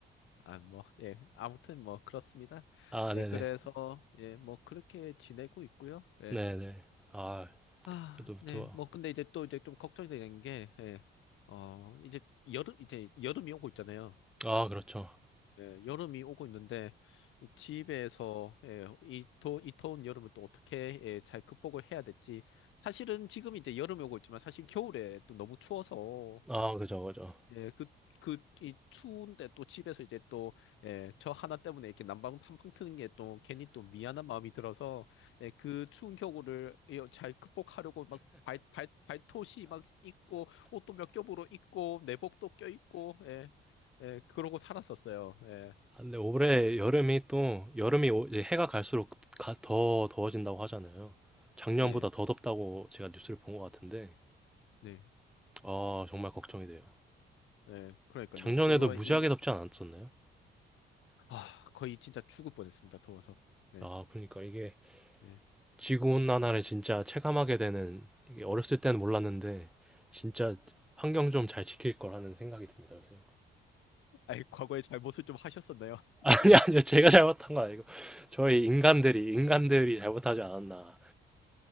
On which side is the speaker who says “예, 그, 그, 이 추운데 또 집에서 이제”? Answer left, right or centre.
Left